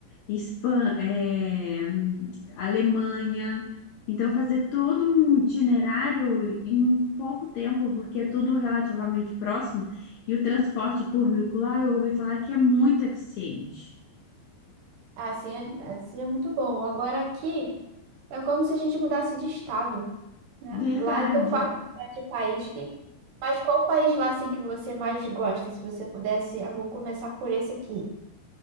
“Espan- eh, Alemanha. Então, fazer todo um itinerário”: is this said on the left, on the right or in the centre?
Left